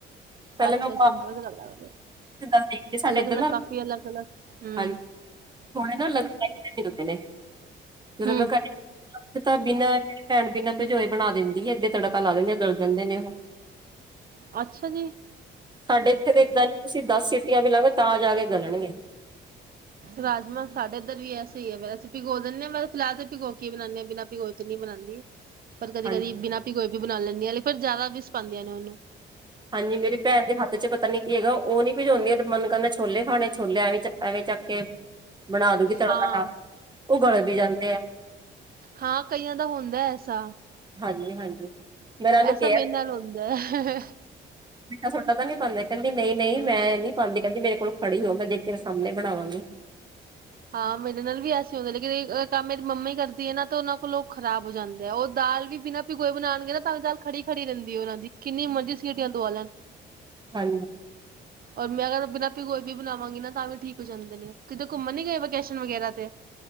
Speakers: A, on the right; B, on the right.
A: ਪਹਿਲਾਂ
B: ਅੱਛਾ
A: ਨਾ
B: ਸਿੰਪਲ ਗੱਲ ਆ।
A: ਦੇਖ ਸਾਡੇ
B: ਅਲੱਗ-ਅਲੱਗ
A: ਇੱਧਰ ਨਾ
B: ਕਾਫੀ ਅਲੱਗ-ਅਲੱਗ ਹੂੰ,
A: ਹਾਂ ਥੋੜੇ ਨਾ ਅਲਗ ਮਿਲਦੇ ਨੇ ਜਦੋਂ
B: ਹੂੰ
A: ਮੈਂ ਘ ਤਾਂ ਬਿਨਾਂ ਭੈਣ ਬਿਨਾਂ ਭਜੋਏ ਬਣਾ ਦਿੰਦੀ ਸੀ ਇਏਧੇ ਤੜਕ ਪਕਾ ਲਾ ਲੈਂਦੇ ਗਲ ਜਾਂਦੇ ਨੇ ਉਹ
B: ਅੱਛਾ ਜੀ
A: ਸਾਡੇ ਇੱਥੇ ਤਾਂ ਇੱਦਾਂ ਨ ਤੁਸੀਂ ਦਸ ਸੀਟੀਆਂ ਵੀ ਲਾਗੇ ਤਾਂ ਜਾ ਕੇ ਗਲਣਗੇ
B: ਰਾਜਮਾਂ ਸਾਡੇ ਇੱਧਰ ਵੀ ਐ ਸਹੀ ਹੀ ਹੈੇ ਅਸੀਂ ਪਿੋ ਦਿੰਦੇ ਹਾਂ ਮੈਂ ਫਿਲਹ ਤੇ ਭਿਗੋ ਕੀ ਬਣਾਉਦੇਾਂ ਬਿਨਾਂ ਪਿਕੋ ਤੇ ਨੀ ਬਣਾਉਂਦੀ ਪਰ ਕਦੀ
A: ਹਾਂਜੀ
B: ਕਦੀ ਬਿਨਾਂ ਕੋਈ ਵੀ ਬਣਾ ਲੈਂਦੀ ਹ ਫਿਰ ਜ਼ਿਆਦਾ ਵੀ ਸਿਾਉਂਦੀਆਂ ਨੇ ਉਹਨੂੰ
A: ਹਾਂਜੀ ਮੇਰੀ ਭੈਣ ਦੇ ਹੱਥ ਚ ਪਤਾ ਨੀ ਕੀ ਹੈਗਾ ਉਹ ਨੀ ਭਜਾਉਂਦੀਆਂ ਮਨ ਕਰਨਾ ਛੋਲੇ ਖਾਣੇ ਛੋਲੇ ਐਵੇਂ ਐਵੇਂ ਚੱਕ ਕੇ ਬਣਾ ਦਗੀ ਤੜਕਾ
B: ਹਾਂ।
A: ਦਾ ਉਹ ਗਲ ਵੀ ਜਾਂਦੇ ਆ
B: ਹਾਂ ਕਈਆਂ ਦਾ ਹੁੰਦਾ ਐਸਾ
A: ਹਾਂਜੀ ਹਾਂਜੀ ਮੇਰਾਨੂੰ
B: ਐਸਾ
A: ਕਿਹਾਛ
B: ਮੇਰੇ ਨਾਲ ਹੁੰਦਾ ਹੈ।
A: ਤੁਹਾਡਾ ਤਾਂ ਨੀ ਪਾਉਂਦੇ ਕਹਿੰਦੀ ਨਹੀਂ ਨਹੀਂ ਮੈਂ ਨੀ ਪਾਉਦੀ ਕਹਿੰਦੀ ਮੇਰੇ ਕੋਲ ਖੜੀ ਹੋ ਮੈਂ ਦੇਖ ਕੇ ਸਾਹਮਣੇ ਬਣਾਵਾਂਗੀ
B: ਹਾਂ ਮੇਰੇ ਨਾਲ ਵੀ ਐਸ ਹੁੰਦੇ ਲੇਕਿਨ ਕੰਮ ਮੇਰੀ ਮੰਮੀ ਕਰਦੀ ਹੈ ਨਾ ਤੇ ਉਹਨਾਂ ਕੋਲੋਂ ਖਰਾਬ ਹੋ ਜਾਂਦੇ ਆ ਉਹ ਦਾਲ ਵੀ ਬਿਨਾਂ ਪਿਗੋਏ ਬਣਾਉਣਗੇ ਨਾ ਤਾਂ ਵੀ ਦਾਲ ਖੜੀ ਖੜੀ ਰਹਿੰਦੀ ਹੈ ਉਹਨਾਂ ਦੀ ਕਿੰਨੀ ਐਮਰਜਸੀ ਹਟੀਆਂ ਦਵਾ ਲੈਣ
A: ਹਾਂਜੀ
B: ਔਰ ਮੈਂ ਅਗਰ ਬਿਨਾਂ ਆਪ ਗੋਈ ਵੀ ਬਣਾਵਾਂਗੀ ਨਾ ਤਾਂ ਵੀ ਠੀਕ ਹੋ ਜਾਂਦੇ ਨੇ ਕਿਤੇ ਘੁੰਮਣ ਨੀ ਗਏ ਵਕੇਸ਼ਨ ਵਗੈਰਾ ਤੇ